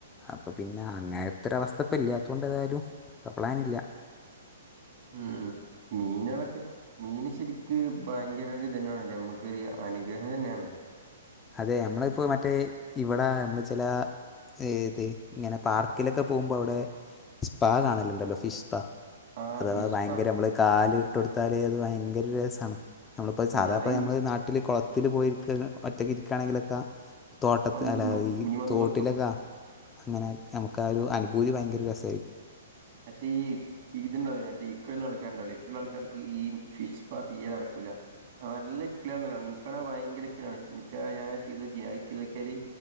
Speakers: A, on the left; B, on the right.
A: അപ്പ പിന്നെ അങ്ങനെത്തെ ഒര് അവസ്ഥ പ്പം ഇല്ലാത്തതു കൊണ്ട് ഏതായാലും ഇപ്പ പ്ലാനില്ല
B: ഉം മീനുകളൊക്കെ മീന് ശരിക്ക് ഭയങ്കര ഒര് തന്നെണ് നമ്മക്കൊരു അനുഗ്രഹം തന്നെണ്
A: അതേ നമ്മള് പ്പോ മറ്റേ ഇവടെ നമ്മള് ചേലെ ഏത് ഇങ്ങനെ പാർക്കിലൊക്കെ പോകുമ്പോ അവിടെ സ്പാ കാണല്ണ്ടല്ലോ ഫിഷ് പാ
B: ആ
A: അഥവാ
B: ഫിഷ്പ
A: ഭയങ്കര അമ്മള് കാല് ഇട്ട് കൊടുത്താല് അത് ഭയങ്കര രസാണ് നമ്മള്പ്പോ
B: ഉം
A: സാധാ ഇപ്പോ
B: അയി
A: നമ്മള് നാട്ടില് കോളത്തില് പോയി ഒറ്റക്കിരിക്കാണെങ്കിലെക്കെ തോട്ടത്ത്
B: വന്തിന്നും
A: അല്ലയീ
B: മീൻ വന്ന്
A: തോട്ടിലൊക്കെ
B: കൊത്തും
A: അങ്ങനെ നമുക്കാ ഒരു അനുഭൂതി ഭയങ്കര രസായിരിക്കും
B: പക്ഷേ ഈ ഇത് ണ്ടാവുലെ ഇക്കിളിള്ളെ ആൾക്കാരുണ്ടാവില്ലേ ഇക്കിളിള്ളെ ആൾക്കാർക്ക് ഈ ഫിഷ് പാ തീയെ നടക്കൂല നല്ലയിക്കിളിയാണ് എനിക്കാണേ ഭയങ്കര ഇക്കിളിയാണ് ഇൻക്ക ഞാനാണെങ്കി ചെയ്തോക്കി അഹ് ചെയ്തോക്കിയാല്